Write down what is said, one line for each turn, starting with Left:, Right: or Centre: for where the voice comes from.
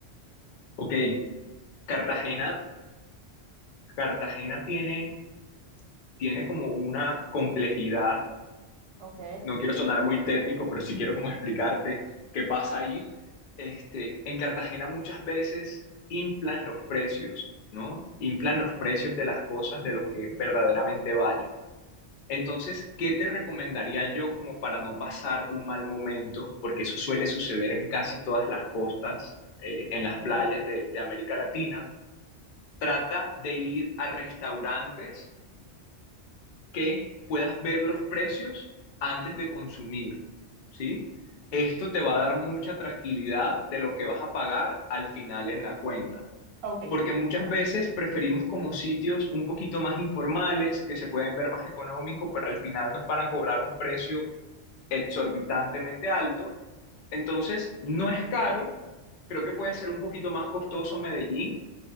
Left: Ok, Cartagena, Cartagena tiene tiene como una complejidad,
Right: Ok,
Left: no quiero sonar muy técnico, pero sí quiero como explicarte qué pasa ahí. Este, en Cartagena muchas veces inflan los precios, ¿no? Inflan los precios de las cosas, de lo que verdaderamente vale. Entonces, ¿qué te recomendaría yo como para no pasar un mal momento? Porque eso suele suceder en casi todas las costas, eh, en
Right: ok,
Left: las playas de, de América Latina. Trata de ir a restaurantes que puedas ver los precios antes de consumir, ¿sí? Esto te va a dar mucha tranquilidad de lo que vas a pagar al final en la cuenta,
Right: ok,
Left: porque muchas veces preferimos como sitios un poquito más informales, que se pueden ver más económicos, pero al final nos van a cobrar un precio exorbitantemente alto. Entonces, no es caro, creo que puede ser un poquito más costoso Medellín,